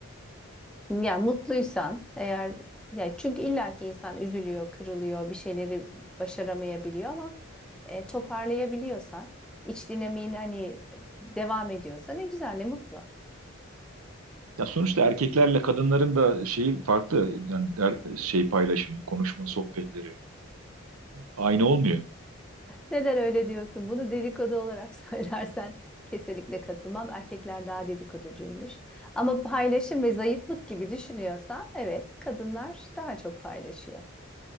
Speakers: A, in the centre; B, on the right (about 85°).
A: Ya mutluysan eğer ya çünkü illaki insan üzülüyor, kırılıyor, bir şeyleri başaramayabiliyor ama e, toparlayabiliyorsan, iç dinamiğini hani devam ediyorsa ne güzel, ne mutlu.
B: Ya sonuçta erkeklerle kadınların da şeyi farklı. Yani der- şey paylaşımı, konuşma, sohbetleri aynı olmuyor.
A: Neden öyle diyorsun? Bunu dedikodu olarak <laughs> söylersen kesinlikle katılmam. Erkekler daha dedikoducuymuş. Ama paylaşım ve zayıflık gibi düşünüyorsa evet, kadınlar daha çok paylaşıyor.